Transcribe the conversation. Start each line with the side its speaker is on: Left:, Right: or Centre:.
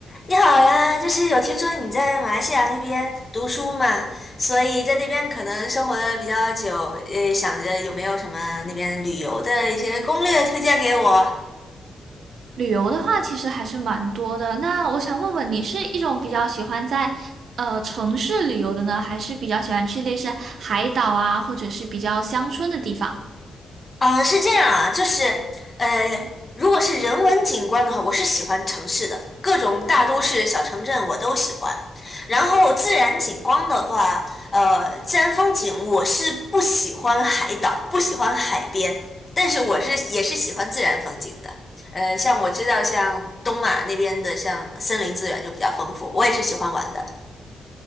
Left: 你好呀，就是有听说你在马来西亚那边读书嘛，所以在那边可能生活的比较久，呃，想着有没有什么那边旅游的一些攻略推荐给我？
Right: 旅游的话，其实还是蛮多的。那我想问问你，是一种比较喜欢在呃城市旅游的呢，还是比较喜欢去类似海岛啊，或者是比较乡村的地方？
Left: 啊，是这样啊，就是呃，如果是人文景观的话，我是喜欢城市的，各种大都市、小城镇我都喜欢。然后自然景观的话，呃，自然风景我是不喜欢海岛，不喜欢海边，但是我是也是喜欢自然风景的。呃，像我知道，像东马那边的，像森林资源就比较丰富，我也是喜欢玩的。